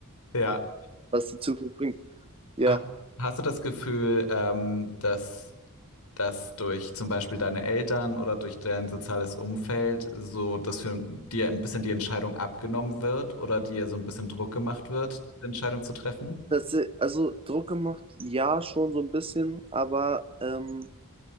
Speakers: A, on the left; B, on the right.
A: Ja.
B: Was die Zukunft bringt. Ja.
A: Ha- Hast du das Gefühl, ähm, dass das durch zum Beispiel deine Eltern oder durch dein soziales Umfeld so, dass für dir ein bisschen die Entscheidung abgenommen wird oder dir so ein bisschen Druck gemacht wird, diese Entscheidung zu treffen?
B: Tats- Also Druck gemacht, ja, schon so ein bisschen, aber ähm,